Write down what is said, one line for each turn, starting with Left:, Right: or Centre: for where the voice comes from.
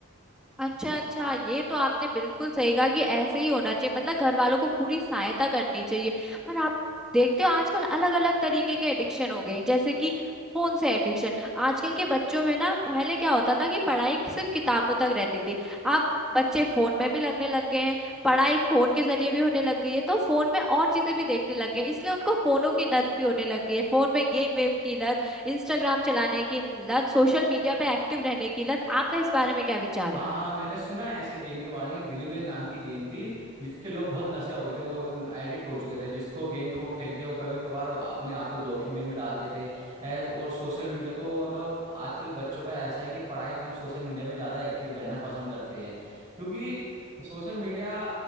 Centre: अच्छा अच्छा ये तो आपने बिल्कुल सही कहा कि ऐसे ही होना चाहिए मतलब घर वालों को पूरी सहायता करनी चाहिए पर आप देखते हो आजकल अलग अलग तरीके के एडिक्शन हो गए हैं जैसे कि फोन से एडिक्शन आजकल के बच्चों में ना पहले क्या होता था कि पढ़ाई सिर्फ किताबों तक रहती थी अब बच्चे फोन में भी लगने लग गए हैं पढ़ाई फोन के जरिए भी होने लग गई है तो फोन में और चीजें भी देखने लग गए हैं, इसलिए उनको फोनों की लत भी होने लग गई है फोन में गेम वेम की लत इंस्टाग्राम चलाने की लत सोशल मीडिया पे एक्टिव रहने की लत आपका इस बारे में क्या विचार
Right: हाँ
Centre: है
Right: हाँ मैंने सुना है ऐसे गेम के बारे में ब्लू व्हेल नाम की गेम थी जिसके लोग बहुत नशे हो गए थे वो एडिक्ट हो चुके थे जिसको गेम को खेल के वो कभी कभार अपने आप को जोखिम में भी डालते थे ऐसे और सोशल मीडिया तो मतलब आजकल बच्चों का ऐसा है कि पढ़ाई कम सोशल मीडिया में ज़्यादा एक्टिव रहना पसंद करते हैं क्योंकि सोशल मीडिया